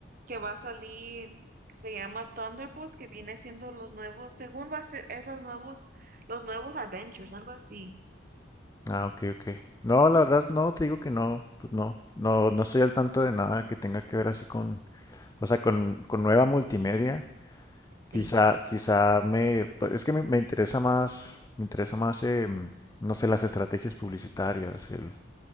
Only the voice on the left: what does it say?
Ah, ok, ok. No, la verdad, no, te digo que no, pues no. No, no estoy al tanto de nada que tenga que ver así con, o sea, con, con nueva multimedia.
Quizá, quizá me, pues, es que me, me interesa más, me interesa más, em, no sé, las estrategias publicitarias, el,